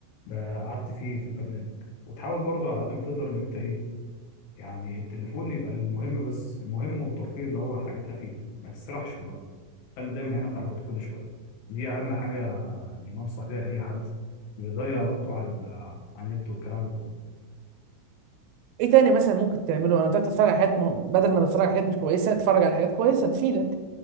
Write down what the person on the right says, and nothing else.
ايه تاني مثلا ممكن تعمله انا قلت لك تتفرج على حاجات م... بدل ما تتفرج على حاجات مش كويسه اتفرج على حاجات كويسه تفيدك